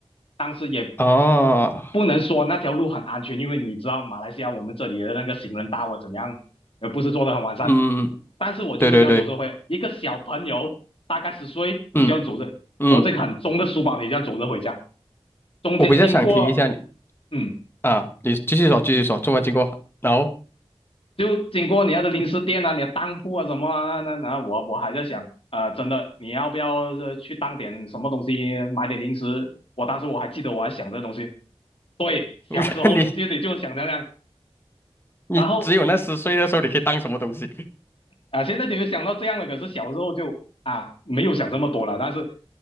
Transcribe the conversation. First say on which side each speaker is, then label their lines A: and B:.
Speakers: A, on the left; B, on the left.
A: 当时也
B: 啊
A: 不能说那条路很安全，因为你知道马来西亚我们这里的那个行人道啊怎样，呃不是做的很完善，
B: 嗯嗯，
A: 但是我就是这样走着回，
B: 对对对，
A: 一个小朋友大概十岁，
B: 嗯
A: 你这样走着，
B: 嗯，
A: 拖着一个很重的书包，你这样走着回家，中间经过，
B: 我比较想听一下你
A: 嗯。
B: 啊，你继续说继续说，做完经过，然后
A: 就经过你要的零食店啊，你的当铺啊什么啊，那那那我我还在想，啊，真的你要不要呃去当点什么东西，买点零食？我当时我还记得我还想这东西，对，
B: <laughs>
A: 小时候就得就想这样，
B: 你你只有那十岁的时候，
A: 然后
B: 你可以当什么东西？
A: 啊、现在你就想到这样了，可是小时候就啊没有想这么多了，但是